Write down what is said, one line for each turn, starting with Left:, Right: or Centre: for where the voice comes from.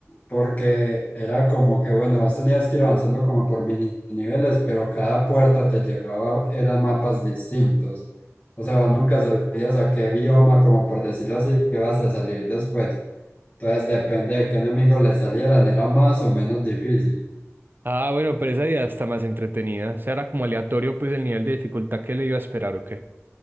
Left: porque era como que, bueno, vos tenías que ir avanzando como por mini niveles, pero cada puerta te llevaba, era mapas distintos. O sea, vos nunca sabías a qué bioma, como por decirlo así, ibas a salir después. Entonces, depende de qué enemigos le salieran, era más o menos difícil.
Right: Ah, bueno, pero esa idea está más entretenida. O sea, era como aleatorio, pues el nivel de dificultad que le iba a esperar, ¿o qué?